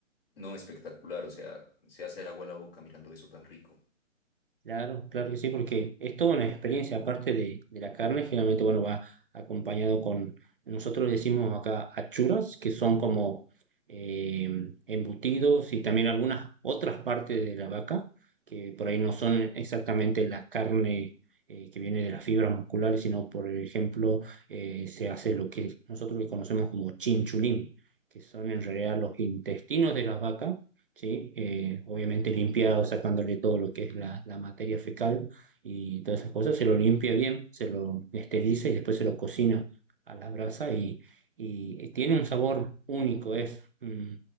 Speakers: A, on the left; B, on the right.
A: no espectacular, o sea, se hace agua a la boca mirando eso tan rico.
B: Claro, claro que sí, porque es toda una experiencia, aparte de, de la carne, generalmente, bueno, va acompañado con, nosotros le decimos acá achuras, que son como eh, embutidos y también algunas otras partes de la vaca, que por ahí no son exactamente la carne eh, que viene de las fibras musculares, sino, por ejemplo, eh, se hace lo que nosotros le conocemos como chinchulín, que son en realidad los intestinos de las vacas ¿sí? Eh, obviamente limpiado, sacándole todo lo que es la, la materia fecal y todas esas cosas, se lo limpia bien, se lo esteriliza y después se lo cocina a la brasa y, y tiene un sabor único, es... mm,